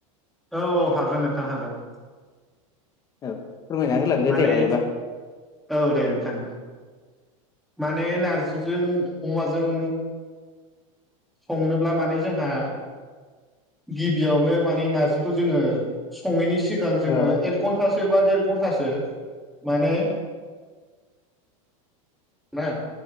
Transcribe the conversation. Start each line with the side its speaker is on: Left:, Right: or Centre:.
Centre: औ औ हागोन नोंथां हागोन
Left: औ फोरमायना होलांदो
Centre: माने
Left: दे हायोबा
Centre: औ दे नोंथां दे माने नार्जिजों अमाजों संनोब्ला माने जोंहा गिबियावनो माने नारजिखौ जोङो सङैनि सिगां जोङो
Left: औ
Centre: एक घन्टासो बा देर घन्टासो माने ना